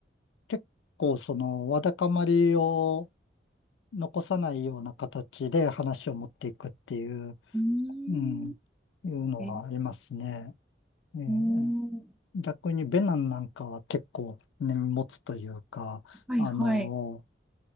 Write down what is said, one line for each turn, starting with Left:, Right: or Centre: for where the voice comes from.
Left: 結構その、わだかまりを残さないような形で話を持っていくっていう
Centre: うーん、
Left: うん、いうのはありますね。
Centre: え、う
Left: えー
Centre: ーん、
Left: 逆にベナンなんかは結構根に持つというか、
Centre: はい、
Left: あの
Centre: はい。